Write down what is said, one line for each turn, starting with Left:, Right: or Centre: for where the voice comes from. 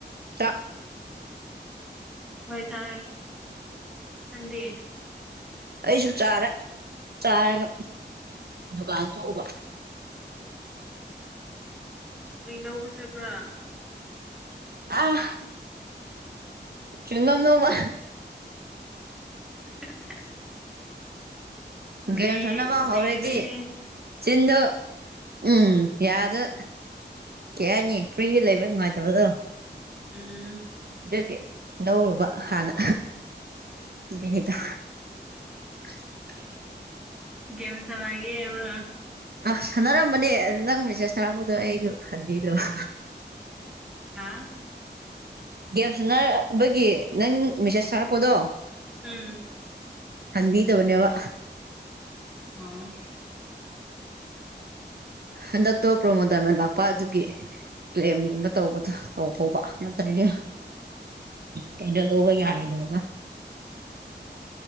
Right: ꯆꯥꯛ
Centre: ꯍꯣꯏ ꯆꯥꯔꯦ ꯅꯪꯗꯤ
Right: ꯑꯩꯁꯨ ꯆꯥꯔꯦ ꯆꯥꯔꯒ ꯗꯨꯀꯥꯟ ꯊꯣꯛꯎꯕ
Centre: ꯀꯔꯤ ꯂꯧꯕ ꯆꯠꯕ꯭ꯔꯥ
Right: ꯑꯥ ꯆꯨꯏꯡꯒꯝ ꯂꯧꯕ
Centre: <unintelligible> ꯅꯩ
Right: ꯒꯦꯝ ꯁꯟꯅꯕ
Centre: ꯅꯩꯔꯦꯍꯦ
Right: ꯍꯧꯔꯦꯗꯤ ꯆꯤꯟꯗꯨ ꯎꯝ ꯌꯥꯗ ꯀꯩ ꯍꯥꯏꯅꯤ ꯐ꯭ꯔꯤꯗ ꯂꯩꯕ ꯅꯨꯡꯉꯥꯏꯇꯕꯗꯣ
Centre: ꯎꯝ
Right: ꯑꯗꯨꯒꯤ ꯂꯧꯔꯨꯕ ꯍꯥꯟꯅ ꯗꯨꯒꯤꯅꯤꯗ <unintelligible>
Centre: ꯒꯦꯝ ꯁꯅꯥꯒꯦ ꯍꯥꯏꯕ꯭ꯔꯥ
Right: ꯑꯥ ꯁꯥꯟꯅꯔꯝꯕꯅꯦ ꯑꯗꯨ ꯅꯪꯕ ꯃꯦꯁꯦꯁ ꯊꯔꯛꯄꯗꯣ ꯑꯩꯗꯨ ꯍꯟꯕꯤꯗ꯭ꯔꯥꯕ
Centre: ꯍꯥꯥ
Right: ꯒꯦꯝ ꯁꯨꯟꯅꯕꯒꯤ ꯅꯪ ꯃꯦꯁꯦꯖ ꯊꯥꯔꯛꯄꯗꯣ
Centre: ꯎꯝ
Right: ꯍꯟꯕꯤꯗꯕꯅꯦꯋꯥ
Centre: ꯑꯥ
Right: ꯍꯟꯗꯛꯇꯣ ꯄ꯭ꯔꯣꯃꯣ ꯗꯥꯏꯃꯟ ꯂꯥꯛꯄ ꯑꯗꯨꯒꯤ ꯀꯂꯦꯝꯒꯨꯝꯕ ꯇꯧꯕꯗꯨ ꯇꯧꯍꯧꯕ ꯅꯠꯇ꯭ꯔꯗꯤ ꯀꯩꯅꯣ ꯂꯧꯕ ꯌꯥꯔꯣꯏꯗꯕ